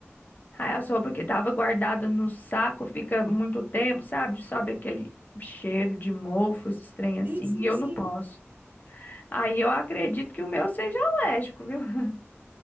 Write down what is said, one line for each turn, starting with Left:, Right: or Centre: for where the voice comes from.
Left: Aí as roupas que tava guardada no saco fica muito tempo, sabe? Sobe aquele cheiro de mofo, esses trem assim,
Right: Sim, sim,
Left: e eu
Right: sim.
Left: não posso. Aí eu acredito que o meu seja alérgico, viu? <laughs>